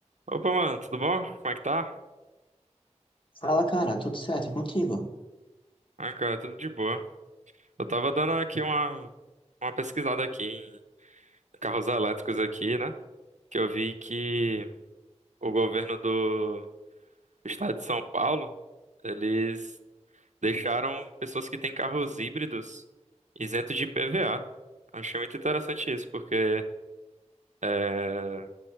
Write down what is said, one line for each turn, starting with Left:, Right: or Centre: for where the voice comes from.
Right: Opa, mano, tudo bom? Como é que tá?
Left: Fala, cara, tudo certo e contigo?
Right: Ah, cara, tudo de boa. Eu tava dando aqui uma, uma pesquisada aqui em carros elétricos aqui, né? Que eu vi que o governo do estado de São Paulo, eles deixaram pessoas que têm carros híbridos isentos de IPVA. Achei muito interessante isso, porque é,